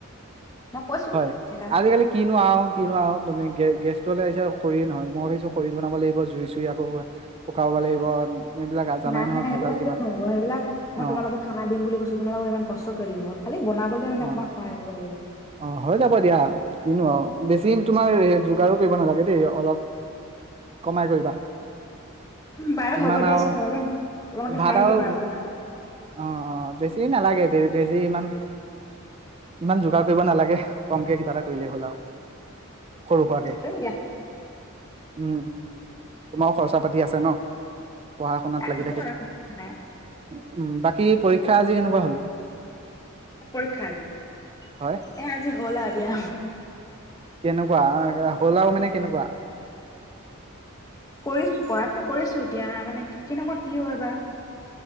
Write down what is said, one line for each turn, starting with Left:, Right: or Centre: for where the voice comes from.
Left: মই কৈছো
Right: হয়,
Left: সেইকাৰণে
Right: আজিকালি কিনোৱা হও কিনোৱা হও তুমি- গে গেছটো হ'লে আহিছে খৰি নহয় মই ভাবিছো খৰি বনাই- লাগিব জুই চুই আকৌ শুকাব লাগিব- এইবিলাক জানাই
Left: নাই
Right: নহয়
Left: নাই সেইবিলাক
Right: ভেজাল কিমান
Left: কিয় নহব, সেইবিলাক মই
Right: অ
Left: তোমালোকক খানা দিম বুলি কৈছো তোমালোকক ইমান কষ্ট কৰি দিম, খালি বনাবলে মানে অকমান
Right: অ
Left: সহায় কৰিব লাগিব।
Right: অ হৈ যাব দিয়া, কিনো আৰু বেছি তোমাৰ যোগাৰো কৰিব নালাগে দেই অলপ- কমাই কৰিবা,
Left: বাৰু
Right: ইমান
Left: হ'ব দিয়াচোন
Right: আৰু,
Left: তোমালোকে তোমালোকে
Right: ভাত
Left: খাই থাকিবা
Right: আৰু,
Left: কিমান
Right: অ অ বেছি নালাগে। বেছি ইমান, ইমান যোগাৰ- কৰিব নালাগে। কমকে কিবা এটা কৰিলেই হ'ল আৰু। সৰু সুৰাকে
Left: সমিয়া <inaudible>
Right: উম, উম, তোমাৰো খৰচা পাতি আছে ন। পঢ়া শুনাত
Left: নাই
Right: লাগি
Left: হ'ব
Right: থাকে।
Left: বাৰু
Right: উম
Left: নাই
Right: বাকী পৰীক্ষা আজি কেনেকুৱা হল?
Left: পৰীক্ষা আজি। এ
Right: হয়
Left: আজি হ'ল আৰু দিয়া।
Right: কেনেকুৱা হ'ল আৰু মানে কেনেকুৱা
Left: কৰিছো, কৰাটো কৰিছো, এতিয়া মানে কেনেকুৱা কি হয় বা।